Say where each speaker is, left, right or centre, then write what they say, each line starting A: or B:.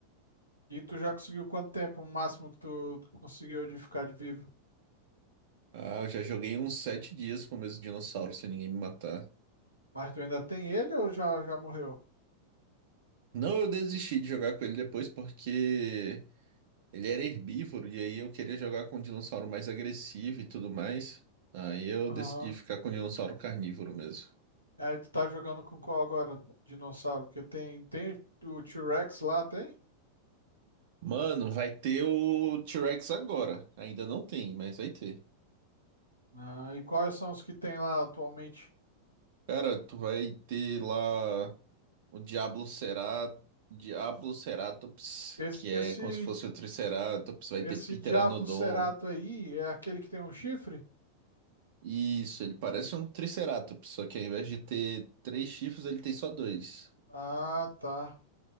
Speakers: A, on the right; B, on the right.
A: E tu já conseguiu quanto tempo o máximo que tu, tu conseguiu de ficar de vivo?
B: Ah, eu já joguei uns sete dias com o mesmo dinossauro sem ninguém me matar.
A: Mas tu ainda tem ele ou já, já morreu?
B: Não, eu desisti de jogar com ele depois porque ele era herbívoro e aí eu queria jogar com um dinossauro mais agressivo e tudo mais. Aí eu
A: Aham.
B: decidi ficar com o dinossauro carnívoro mesmo.
A: Aí tu tá jogando com qual agora? Dinossauro? Porque tem, tem o T-Rex lá, tem?
B: Mano, vai ter o T-Rex agora. Ainda não tem, mas vai ter.
A: Ah, e quais são os que tem lá atualmente?
B: Cara, tu vai ter lá. O Diablocerá- Diabloceratops,
A: Esse,
B: que é
A: esse,
B: como se fosse o Triceratops, vai
A: esse
B: ter Pteranodon.
A: Diablo Cerato aí é aquele que tem um chifre?
B: Isso, ele parece um Triceratops, só que ao invés de ter três chifres, ele tem só dois.
A: Ah, tá.